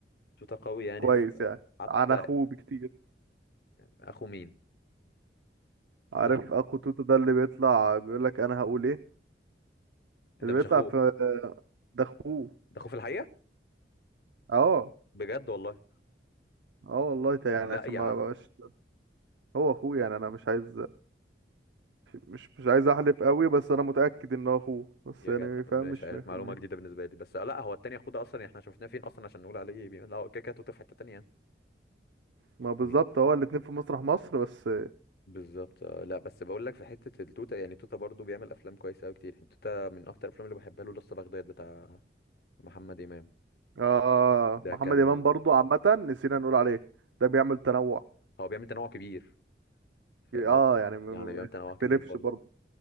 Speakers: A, on the left; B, on the right.
A: توتة قوي يعني
B: كويس
A: في
B: يعني
A: حتى
B: عن اخوه بكتير
A: اخو مين
B: عارف
A: لا
B: اخو توتا ده اللي بيطلع بيقول لك انا هقول ايه
A: ده
B: اللي
A: مش
B: بيطلع
A: اخوه
B: في ده اخوه
A: ده اخوه في الحقيقة
B: اه
A: بجد والله
B: اه والله تا-
A: لا
B: يعني عشان
A: يا
B: ما
A: عم
B: بقاش هو اخوه يعني انا مش عايز مش مش عايز احلف قوي بس انا متأكد ان هو اخوه بس
A: يا
B: يعني
A: جدع
B: فاهم
A: مش
B: مش
A: عارف
B: 100%
A: معلومة جديدة بالنسبة لي بس لا هو التاني اخوه ده اصلا يعني احنا شفناه فين اصلا عشان نقول عليه بي- لا هو كده كده توتة في حتة تانية يعني
B: ما بالظبط
A: إيه،
B: هو الاتنين في مسرح مصر بس
A: بالظبط آه، لا بس بقول لك في حتة التوتة يعني توتة برضه بيعمل افلام كويسة قوي كتير توتة من اكتر الافلام اللي بحبها له لسه بغداد بتاع محمد امام
B: اه
A: ده
B: محمد
A: كان
B: امام برضو عامة نسينا نقول عليه ده بيعمل تنوع
A: هو بيعمل تنوع كبير فاهم
B: اه
A: قصدي
B: يعني ما
A: يعني
B: ما-
A: بيعمل
B: ما
A: تنوع
B: يختلفش
A: كبير برضه
B: برضو